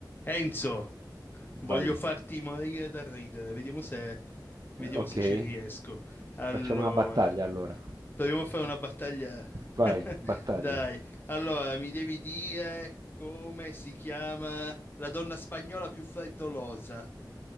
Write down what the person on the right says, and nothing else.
Vai,
ok.
Facciamo una battaglia allora.
Vai,
battaglia.